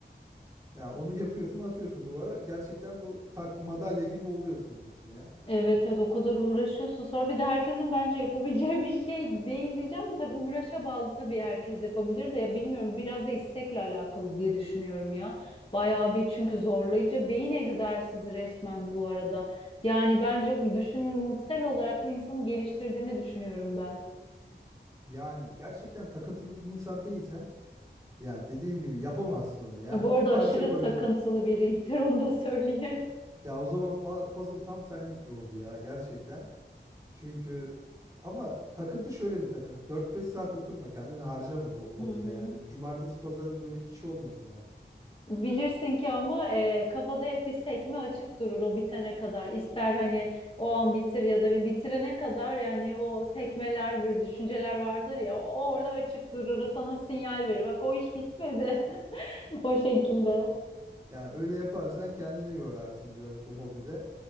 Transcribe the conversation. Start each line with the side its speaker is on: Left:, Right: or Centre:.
Right: Ya onu yapıyorsun asıyorsun duvara. Gerçekten bu tak madalya gibi oluyor senin için ya.
Left: Evet evet o kadar uğraşıyorsun. Sonra bir de herkesin bence yapabileceği <laughs> bir şey değil diyeceğim. de Tabii uğraşa bağlı tabii herkes yapabilir de ya bilmiyorum biraz da istekle alakalı diye düşünüyorum ya. Bayağı bir çünkü zorlayıcı beyin egzersizi resmen bu arada. Yani bence düşünsel olarak da insanı geliştirdiğini düşünüyorum ben.
Right: Yani gerçekten takıntılı bir insan değilsen ya dediğim gibi yapamazsın onu ya.
Left: Ya Bu arada
Right: Bir parça
Left: aşırı
Right: koydun.
Left: takıntılı biriyimdir <laughs> onu da söyleyeyim.
Right: Ya o zaman pa- puzzle tam senlik bir hobi ya gerçekten. Çünkü ama takıntı şöyle bir takıntı. Dört beş saat oturma kendini harcama bu hobide
Left: Hı hı.
Right: yani. Cumartesi pazarın böyle hiç olmasın ya.
Left: Bilirsin ki ama e, kafada hep bir sekme açık durur o bitene kadar. İster hani o an bitir ya da bir bitirene kadar yani o sekmeler böyle düşünceler vardır ya o orada açık durur sana sinyal verir. Bak o iş bitmedi <laughs> o şekilde.
Right: Yani öyle yaparsan kendini yorarsın biraz bu hobide.